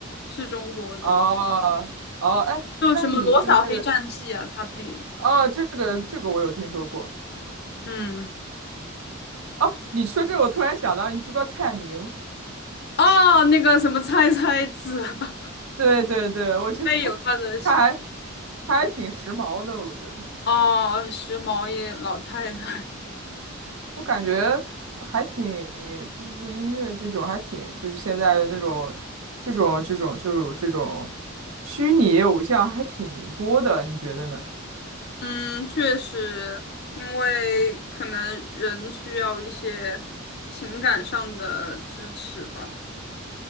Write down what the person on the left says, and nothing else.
是中国的一个，
就什么《罗小黑战记》啊，
他配的。
嗯，
哦，那个什么菜菜子。<laughs>
也有他的
哦，时髦一老太太。<laughs>
嗯，确实，因为可能人需要一些情感上的支持吧。